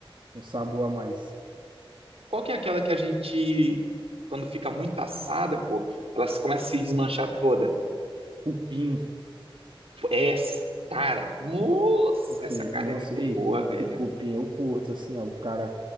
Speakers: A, on the right; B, on the right.
A: um sabor a mais.
B: Qual que é aquela que a gente, quando fica muito assada, pô, ela se- começa a se desmanchar toda?
A: Cupim,
B: Pô, Essa, cara, nossa,
A: não
B: essa
A: sei.
B: carne
A: Nossa,
B: é muito
A: ei,
B: boa,
A: cupi,
B: velho.
A: cupim eu curto, assim, ó. O cara